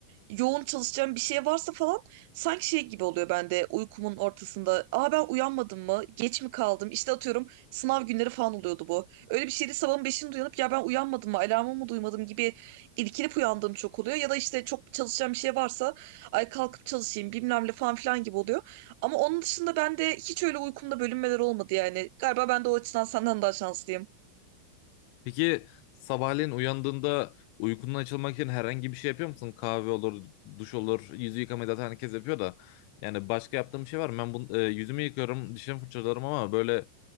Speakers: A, on the right; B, on the left.
A: yoğun çalışacağım bir şey varsa falan sanki şey gibi oluyor bende uykumun ortasında. Aa ben uyanmadım mı? Geç mi kaldım? İşte atıyorum sınav günleri falan oluyordu bu. Öyle bir şeydi sabahın beşinde uyanıp ya ben uyanmadım mı? Alarmımı mı duymadım gibi irkilip uyandığım çok oluyor. Ya da işte çok çalışacağım bir şey varsa ay kalkıp çalışayım bilmem ne falan filan gibi oluyor. Ama onun dışında ben de hiç öyle uykumda bölünmeler olmadı yani. Galiba ben de o açıdan senden daha şanslıyım.
B: Peki sabahleyin uyandığında uykundan açılmak için herhangi bir şey yapıyor musun? Kahve olur, duş olur, yüzü yıkamayı zaten herkes yapıyor da. Yani başka yaptığım bir şey var mı? Ben bunu, e, yüzümü yıkıyorum, dişimi fırçalarım ama böyle